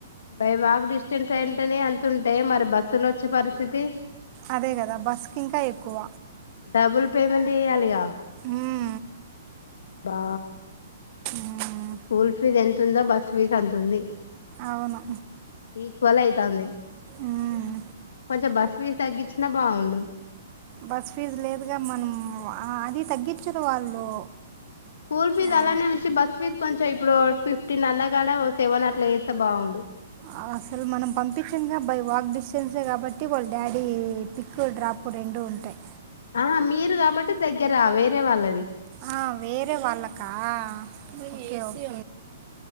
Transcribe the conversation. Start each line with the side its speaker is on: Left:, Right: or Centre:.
Left: బై వాక్ డిస్టెన్స్ అయింటెనే అంతుంటే మరి బస్సులో వచ్చే పరిస్థితీ
Right: అదే కదా బస్సుకి ఇంకా ఎక్కువ
Left: డబుల్ పేమెంట్ చెయ్యాలిగా
Right: మ్
Left: బా
Right: మ్మ్.
Left: స్కూల్ ఫీజ్ ఎంత ఉందో బస్ ఫీజు అంత ఉంది
Right: అవును
Left: ఈక్వల్ అయితాంది
Right: మ్మ్.
Left: కొంచెం బస్సు ఫీజు తగ్గిచ్చినా బావుండు
Right: బస్ ఫీజు లేదుగా మన్ము ఆ అది తగ్గిచ్చరు వాళ్ళు
Left: స్కూల్ ఫీజ్
Right: ఓ,
Left: అలానే ఉంచి బస్ ఫీజ్ కొంచెం ఇప్పుడూ ఫిఫ్టీన్ అన్నగాన ఓకే ఏమన్న అట్ల త బావుండు
Right: ఆ అసల్ మనం పంపించంగా బై వాక్ డిస్టెన్సే కాబట్టి వాళ్ళ డాడీ పిక్కు డ్రాప్ రెండూ ఉంటాయ్.
Left: ఆహా మీరు కాబట్టి దెగ్గెరా వేరే వాళ్ళది
Right: ఆ వేరే వాళ్ళకా ఓకె ఓకే